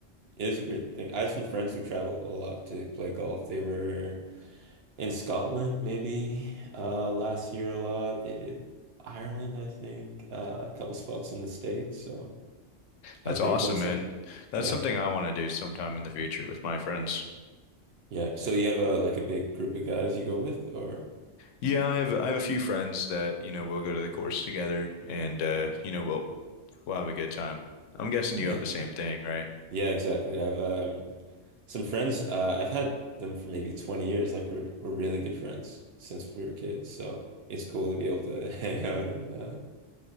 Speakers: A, on the right (about 60°); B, on the left (about 80°).
A: it is a great thing. I have some friends who travel a lot to play golf. They were in Scotland maybe uh last year a lot. They did Ireland, I think, uh, a couple spots in the States, so
B: That's
A: I think
B: awesome,
A: once
B: man.
A: I,
B: That's
A: yeah,
B: something I want to do sometime in the future with my friends.
A: yeah. So you have a like a big group of guys you go with, or
B: Yeah, I have I have a few friends that, you know, we'll go to the course together, and uh, you know, we'll we'll have a good time. I'm guessing
A: yeah,
B: you have the same thing, right?
A: yeah, exactly. I've um some friends. Uh, I've had them for maybe 20 years. Like we're we're really good friends since we were kids. So it's cool to be able to <laughs> hang out and uh